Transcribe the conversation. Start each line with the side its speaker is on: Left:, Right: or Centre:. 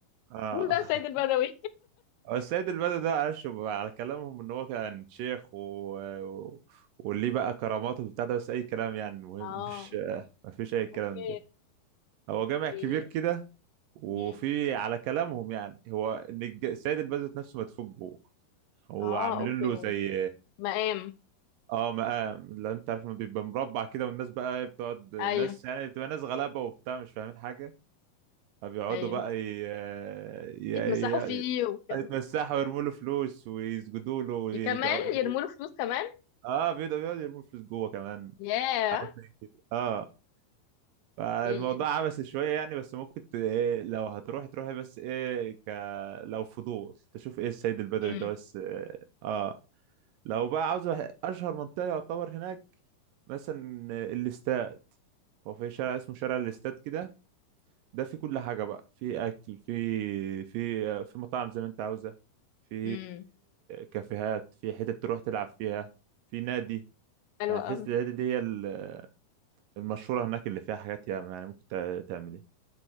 Right: اه
Left: مين بقى
Right: <laughs>
Left: سيد البدوي
Right: هو السيد البدوي ده معلش بقى على كلامهم ان هو كان شيخ و... و... واللي بقى كراماته وبتاع ده بس اي كلام يعني المهم
Left: اه
Right: <laughs> مش ما فيش اي كلام
Left: اوكي
Right: ده هو جامع
Left: اوكي
Right: كبير كده وفي
Left: مم.
Right: على كلامهم يعني هو ان الج- السيد البدوي نفسه مدفون جوه هو
Left: اه
Right: عاملين
Left: اوكي
Right: له زي
Left: مقام
Right: اه مقام لو انت عارف ما بيبقى مربع كده والناس بقى بتقعد ناس
Left: ايوه
Right: يعني بتبقى ناس غلابه وبتاع مش فاهمين حاجه فبيقعدوا
Left: ايوه
Right: بقى ي... ي...
Left: يتمسحوا فيه
Right: ي...
Left: وكده
Right: يتمسحوا ويرموا له فلوس ويسجدوا له ويدعوا
Left: ي- كمان يرموا له فلوس كمان
Right: اه بيقعدوا بيقعدوا يرموا فلوس جوه كمان
Left: ياه
Right: حاجات زي كده اه فالموضوع
Left: ايوه
Right: عبثي شويه يعني بس ممكن ت... إيه لو هتروحي تروحي بس ايه ك... لو فضول تشوف ايه السيد البدوي
Left: امم
Right: ده بس اه آه. لو بقى عاوز أح- اشهر منطقه يعتبر هناك مثلا الاستاد هو في شارع اسمه شارع الاستاد كده ده في كل حاجة بقى في أكل في في في مطاعم زي ما أنت عاوزة في
Left: امم
Right: كافيهات في حتت تروح تلعب فيها في نادي
Left: حلو
Right: يعني تحس
Left: قوي
Right: النادي دي هي ال- المشهورة هناك اللي فيها حاجات ياما يعني ممكن تع- تعمل إيه